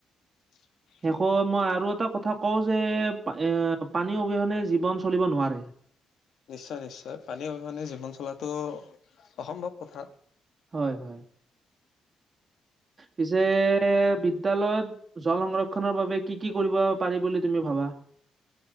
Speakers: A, on the left; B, on the right.
A: উ'
B: শেষত মই আৰু এটা কথা কওঁ যে এ' পানী অবিহনে জীৱন চলিব নোৱাৰে। উ'
A: নিশ্চয়, নিশ্চয় পানীৰ অবিহনে জীৱন চলাটো অসম্ভৱ কথা
B: হয় হয় পিছে, বিদ্যালয়ত জল সংৰক্ষনৰৰ বাবে কি কি কৰিব পাৰি বুলি তুমি ভাবা?